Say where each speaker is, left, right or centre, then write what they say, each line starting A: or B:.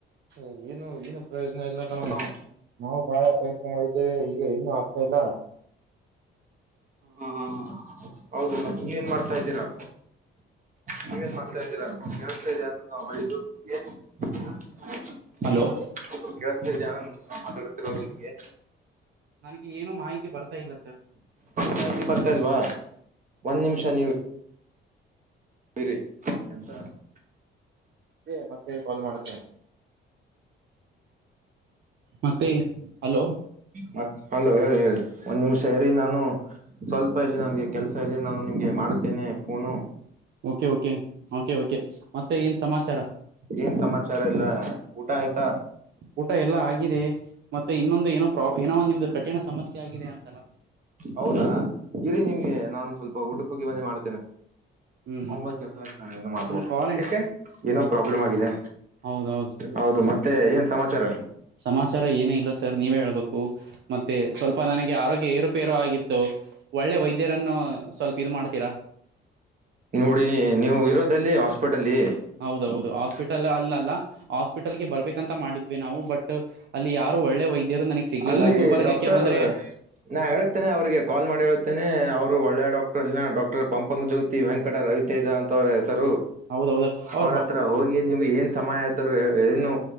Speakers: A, on the right; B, on the right.
A: ಹುಂ ಏನು ಏನು ಪ್ರಯೋಜನ ಇಲ್ಲಾ ಕಣೋ
B: ನಾವು
A: ನಾವು ಬಾಳ ಪ್ರಯತ್ನ ಮಾಡಿದ್ದೇವೆ ಈಗ ಏನು ಆಗ್ತಾ ಇಲ್ಲಾ
B: ಹಾ ಹಾ ಹಾ ಹಾ ಹೌದು ಮತ್ ನೀವ ಏನ್ ಮಾಡ್ತಾ ಇದ್ದೀರಾ ನೀವೇನ್ ಮಾಡತ್ತಾ ಇದ್ದೀರಾ ಕೇಳಿಸ್ತಾ ಇದೆಯಾ <unintelligible>
A: ಹಲೋ
B: ಕೇಳತಾ ಇದೆಯಾ ನಾ ಮಾತಾಡತಿರೋದು ನಿಮಗೆ.
A: ನನಗೆ ಏನು ಮಾಹಿತಿ ಬರ್ತಾ ಇಲ್ಲಾ ಸರ್
B: ಮಾಹಿತಿ ಬರ್ತಾಲ್ವಾ ಒಂದ್ ನಿಮಿಷ ನೀವು ಬರಿ ಎಂತಾ <unintelligible>
A: ಹ ಮತ್ತೆ ಕಾಲ್ ಮಾಡುತ್ತೇನೆ. ಮತ್ತೆ ಹಲೋ
B: ಮತ್ ಹಲೋ ಹೇಳಿ ಹೇಳಿ ಒಂದ್ ನಿಮಿಷ ಇರಿ ನಾನು ಸ್ವಲ್ಪ ಇಲ್ಲಿ ನನ್ಗೆ ಕೆಲ್ಸಾ ನಾನು ನಿಮ್ಗೆ ಮಾಡತ್ತೇನೆ ಪೋನು
A: ಓಕೆ ಓಕೆ ಕೆ ಓಕೆ ಮತ್ತೆ ಏನ್ ಸಮಾಚಾರಾ
B: ಏನ್ ಸಮಾಚಾರಾ ಎಲ್ಲಾ ಊಟ ಆಯ್ತಾ
A: ಊಟ ಎಲ್ಲಾ ಆಗಿದೆ ಮತ್ತೆ ಇನ್ನೊಂದು ಏನೋ ಪ್ರಾಬ್ ಏನೋ ಒಂದು ನಿಮ್ದು ಕಠಿಣ ಸಮಸ್ಯೆ ಆಗಿದೆ ಅಂತಾಲ್ಲಾ
B: ಹೌದಾ ಇರಿ ನಿಮ್ಗೆ ನಾನು ಸ್ವಲ್ಪ ಊಟಕ್ಕೆ ಹೋಗಿ ಬಂದಿ ಮಾಡ್ತೇನೆ <unintelligible>
A: ಹ್ಮ್ ಹ್ಮ್
B: ಆಗನ್ನ ಮಾತು
A: ಒಂದು ಕಾಲ್
B: ಎಕೆ ಏನೋ ಪ್ರಾಬ್ಲಮ್ ಆಗಿದೆ
A: ಹೌದೌದು
B: ಹೌದು ಮತ್ತೆ ಏನ್ ಸಮಾಚಾರಾ
A: ಸಮಾಚಾರ ಏನ ಇಲ್ಲಾ ಸರ್ ನೀವೇ ಹೇಳ್ಬೇಕು ಮತ್ತೆ ಸ್ವಲ್ಪ ನನಗೆ ಆರೋಗ್ಯ ಏರುಪೇರು ಆಗಿತ್ತು ಒಳ್ಳೆ ವೈದ್ಯರನ್ನು ಸ್ವಲ್ಪ ಇದು ಮಾಡ್ತೀರಾ
B: ನೋಡಿ ನೀವಿರೋದಲ್ಲಿ ಹಾಸ್ಪಿಟಲ್ಲಿ
A: ಹೌದೌದು
B: ಹೌದೌದ
A: ಹಾಸ್ಪಿಟಲ್ ಅಲ್ಲಲ್ಲ ಹಾಸ್ಪಿಟಲ್ಗೆ ಬರ್ಬೇಕಂತ ಮಾಡಿದ್ವಿ ನಾವು ಬಟ್ ಅಲ್ಲಿ ಯಾ ರು ಒಳ್ಳೆ ವೈದ್ಯರು ನನಗ್ ಸಿಗ್ಲಿಲ್ಲ
B: ಅಲ್ಲಿ
A: ಗುಲ್ಬರ್ಗಕ್ಕೆ
B: ಡಾಕ್ಟರ್
A: ಬಂದ್ರೆ
B: ನಾ ಹೇಳ್ತೇನೆ ಅವ್ರಿಗೆ ಕಾಲ್ ಮಾಡಿ ಹೇಳ್ತೇನೆ ಅವರು ಒಳ್ಳೆ ಡಾಕ್ಟರ್ ಅಲ್ಲಿನ ಡಾಕ್ಟರ್ ಪಂಪನ ಜ್ಯೋತಿ ತಿ ವೆಂಕಟ ರವಿತೇಜ ಅಂತ ಅವ್ರ ಹೆಸರು
A: ಹೌದೌದು ಅವ್ರು
B: ಅವ್ರತ್ರ ಹೋಗ್ ಗಿ ನಿಮ್ಗೆ ಏನ್ ಸಮಾಯ ಇದ್ದರು ಏನು